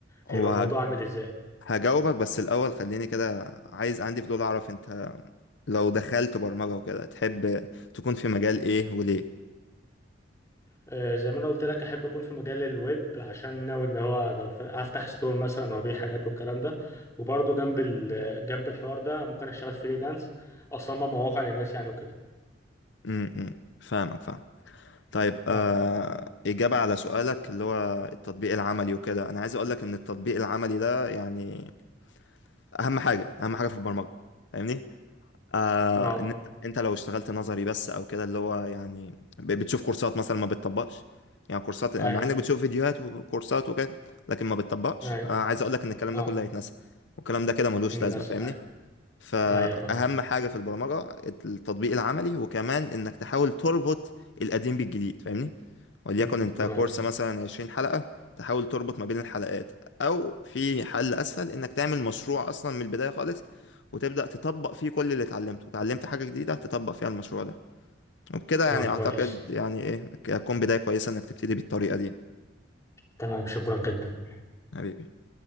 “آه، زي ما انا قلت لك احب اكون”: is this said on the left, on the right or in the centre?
Left